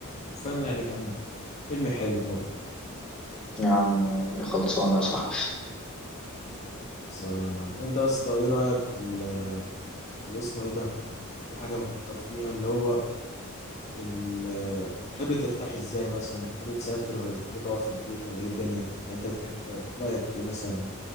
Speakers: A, on the left; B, in the centre.
A: وفاهم يعني كان فيلم حلو برضه
B: يا عمي خلصانة يا صاحبي
A: بس يا معلم أنت يا اسطى إيه رأيك في ال- اللي اسمه إيه ده؟ كان في حاجة بفكر فيها اللي هو ال- بتحب ترتاح إزاي مثلا بتحب تسافر ولا بتحب تقعد في البيت ولا إيه الدنيا؟ يعني أنت بتحب رأيك إيه مثلا